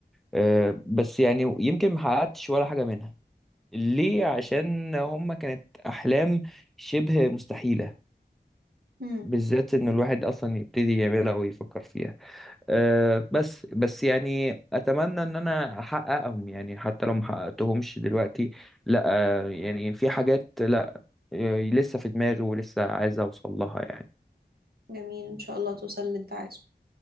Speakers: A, in the centre; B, on the right.
A: أه بس يعني يمكن ما حققتش ولا حاجة منها ليه عشان هما كانت أحلام شبه مستحيلة
B: مم.
A: بالذات ان الواحد اصلا يبتدي يعملها ويفكر فيها أه بس بس يعني اتمنى ان انا احققهم يعني حتى لو ما حققتهمش دلوقتي لا أه يعني في حاجات لا آه، لسه في دماغي ولسه عايز اوصل لها يعني
B: جميل إن شاء الله توصل اللي أنت عايزه